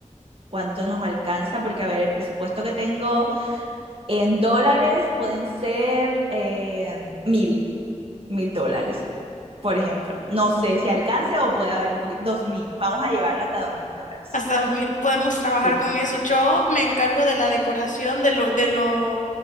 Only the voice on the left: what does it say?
Hasta 2000 podemos trabajar
con eso. Yo me encargo de la decoración, de lo, de lo,